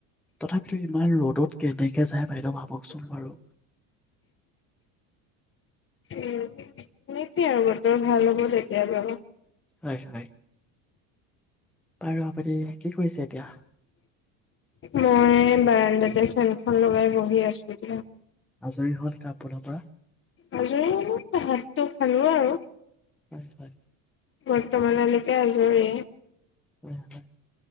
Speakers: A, in the centre; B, on the left.
A: তথাপিতো ইমান ৰ'দত কেনেকে যায় বাইদেউ ভাবকচোন বাৰু
B: উম অনেক আৰু বতৰ ভাল হ'ব তেতিয় বাৰ
A: হয় হয় বাৰু আপতি কি কৰিছে এতিয়া
B: মই বাৰাণ্ডাতে ফেনখন লগাই বহি আছোো
A: আচৰিত হ <unintelligible> আপোনৰ পৰা
B: আজৰি মানে <unintelligible> আৰু
A: হয় হয়
B: বৰ্তমানলৈকে আজৰি
A: হয় হয়